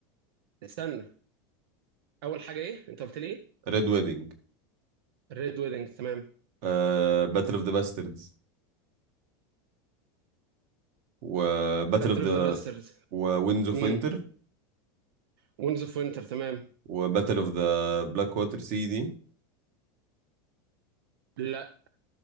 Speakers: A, on the right; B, on the right.
A: استنى اول حاجة ايه انت قلت لي ايه
B: ريد ويدنج
A: ريد ويدنج تمام
B: آه... باتل اوف ذا باستردز وباتل
A: باتل
B: اوف ذا
A: اوف ذا باسترز
B: وينز اوف
A: امم
B: وينتر
A: وينز اوف وينتر تمام
B: وباتل اوف ذا بلاك ووتر سي دي
A: لا